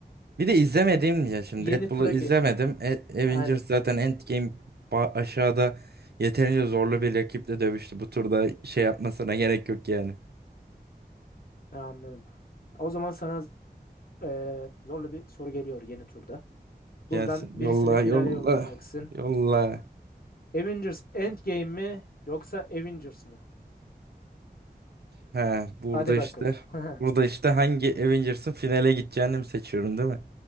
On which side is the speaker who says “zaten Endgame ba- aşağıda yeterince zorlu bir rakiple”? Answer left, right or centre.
Right